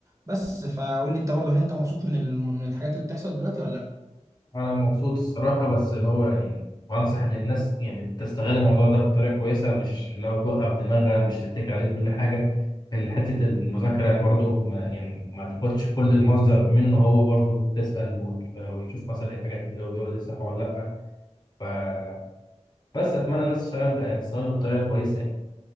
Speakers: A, on the right; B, on the left.
A: بس فقول لي انت برضو هل انت مبسوط من ال- من الحاجات اللي بتحصل دلوقتي ولا لا
B: انا مبسوط الصراحه بس اللي هو يعني بنصح للناس يعني تستغل الموضوع ده بطريقه كويسه مش لو توقف دماغها مش تتكي عليه كل حاجه ال- حته المذاكره برضو ما يعني ما تاخدش كل المصدر منه هو برضو تسال وت- وتشوف مثلا الحاجات اللي هو بيقولها دي صح ولا لا فبس اتمنى الناس تشتغل تستغله بطريقه كويسه يعني.